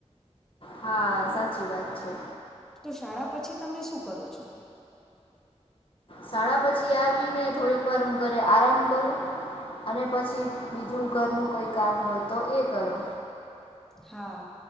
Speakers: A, on the left; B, in the centre.
A: હા સાચી વાત છે.
B: તો શાળા પછી તમે શું કરો છો.
A: શાળા પછી આવીને થોડીક વાર હું ઘરે આરામ કરુ અને પછી બીજુ ઘરનું કોઈ કામ હોય તો એ કરુ.
B: હા